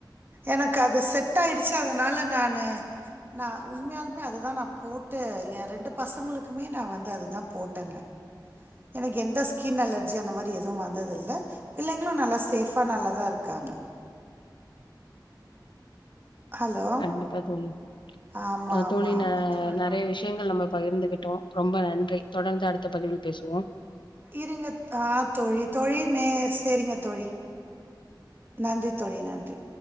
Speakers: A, on the right; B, on the left.
A: எனக்கு அது செட் ஆயிடுச்சு அதனால நானு நா உண்மையாலுமே அததா நா போட்டு எ ரெண்டு பசங்களுக்குமே நா வந்து அதுதா போட்டங்க எனக்கு எந்தஸ்கின் அலர்ஜி அந்த மாரி எதுவு வந்ததில்ல பிள்ளைங்களு நல்ல சேஃபா நல்லா தா இருக்காங்க ஹலோ!
B: கண்டிப்பா தோழி
A: ஆமா,
B: அ
A: ஆமா,
B: தோழி
A: ஆமா தோழி.
B: நறைய விஷயங்கள் நம்ம பகிர்ந்துகிட்டோம் ரொம்ப நன்றி தொடர்ந்து அடுத்த பதிவில் பேசுவோம்
A: இருங்க ஆஹ் தோழி தோழி நே சரிங்க தோழி நன்றி தோழி நன்றி